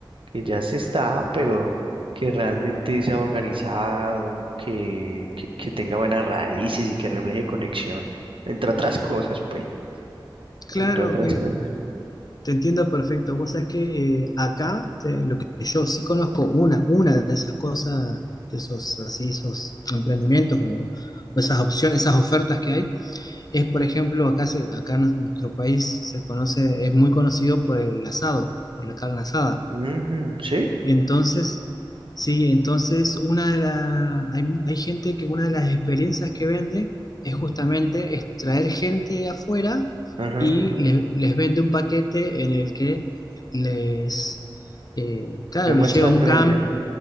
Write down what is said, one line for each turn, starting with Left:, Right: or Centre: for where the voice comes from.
Right: que ya se está, pero que realmente sea organizado, que, que, que tenga buenas raíces y que refleje conexión, entre otras cosas, pues,
Left: claro.
Right: entre otras
Left: Eh,
Right: cosas.
Left: Te entiendo perfecto. Vos sabés que eh, acá te- lo que yo sí conozco, una, una de esas cosas, de esos así, esos emprendimientos o, o esas opciones, esas ofertas que hay, es por ejemplo, acá se- acá en nuestro país se conoce, es muy conocido por el asado, por la carne asada.
Right: Ujú, sí,
Left: Entonces, sí, entonces una de la, hay, hay gente que una de las experiencias que vende es justamente es traer gente de afuera
Right: ajá,
Left: y le- les vende un paquete en el que les, eh, claro,
Right: demuestra
Left: los lleva
Right: la
Left: a un
Right: experiencia.
Left: camp,